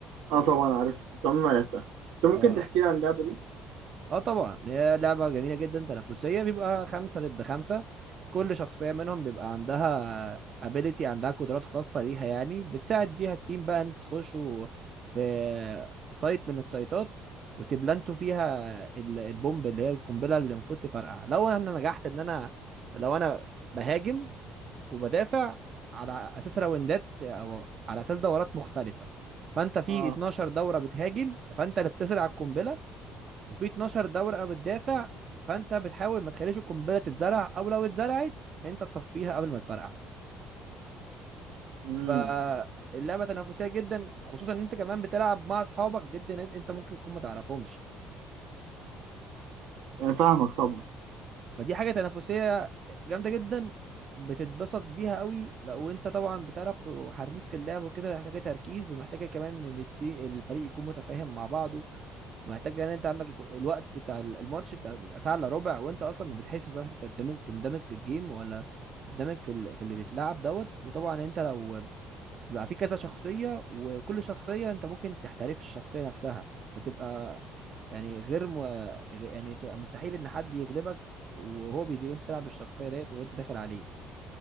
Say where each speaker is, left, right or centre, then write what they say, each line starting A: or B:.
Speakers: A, on the right; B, on the right.
A: اه طبعا عارف بس عمري ما لعبتها بس ممكن
B: اه
A: تحكي لي عن اللعبة دي
B: اه طبعا هي لعبة جميلة جدا تنافسية بيبقى خمسة ضد خمسة كل شخصية منهم بيبقى عندها ability عندها قدرات خاصة ليها يعني بتساعد بيها التيم بقى ان انت تخشوا في سايت من السايتات وتبلانتوا فيها ال- البومب اللي هي القنبلة اللي المفروض تفرقع لو انا نجحت ان انا لو انا بهاجم وبدافع على اساس راوندات او على اساس دورات مختلفة فانت في
A: اه
B: 12 دورة بتهاجم فانت اللي بتزرع القنبلة وفي 12 دورقه بتدافع فانت بتحاول ما تخليش القنبله تتزرع او لو اتزرعت انت تطفيها قبل ما تفرقع
A: امم
B: فاللعبه تنافسيه جدا خصوصا ان انت كمان بتلعب مع اصحابك ضد ناس انت ممكن تكون ما تعرفهمش
A: يعني فاهمك طبعا
B: فدي حاجه تنافسيه جامده جدا بتتبسط بيها قوي لو انت طبعا بتعرف وحريف في اللعب وكده محتاجه تركيز ومحتاجه كمان ان الت- الفريق يكون متفاهم مع بعضه محتاج ان انت عندك يكون الوقت بتاع ال- الماتش بتاع بيبقى ساعه الا ربع وانت اصلا ما بتحسش بقى انت تندمج تندمج في الجيم ولا تندمج في ال... في اللي بيتلعب دوت وطبعا انت لو بيبقى في كذا شخصيه وكل شخصيه انت ممكن تحترف الشخصيه نفسها فتبقى يعني غير م... غ- يعني تبقى مستحيل ان حد يغلبك وهو بيدي وانت بتلعب بالشخصيه ديت وانت داخل عليه